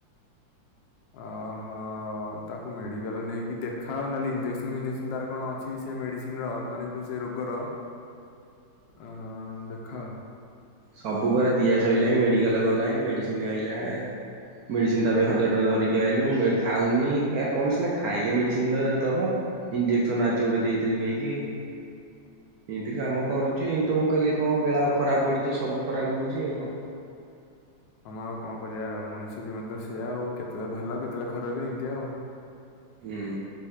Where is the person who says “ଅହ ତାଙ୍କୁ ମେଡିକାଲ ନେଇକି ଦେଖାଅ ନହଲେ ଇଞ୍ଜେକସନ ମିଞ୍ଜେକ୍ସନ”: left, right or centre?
Left